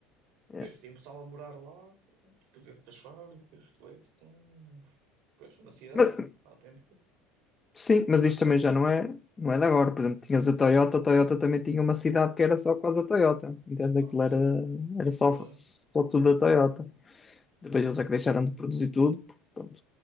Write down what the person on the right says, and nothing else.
Depois
tem pessoal a morar lá, tipo, dentro das fábricas, leite, pum. Pois, uma cidade
autêntica.
Ah,
sim,
verdade.